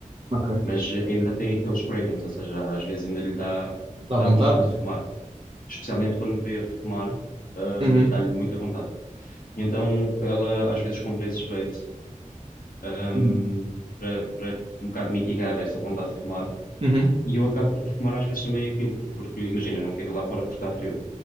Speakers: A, on the right; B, on the left.
A: Ok.
B: Mas ainda tem aqueles cravings, ou seja, às vezes ainda lhe dá,
A: Dá
B: dá
A: vontade,
B: vontade de
A: né?
B: fumar. Especialmente quando me vê a fumar, hum,
A: Uhum.
B: dá-lhe muita vontade. E então ela às vezes compra esses vapes, hum,
A: Uhum.
B: para, para um bocado mitigar essa vontade de fumar.
A: Uhum.
B: E eu acabo por fumar às vezes também aquilo, porque imagina, não quero ir lá fora porque está frio.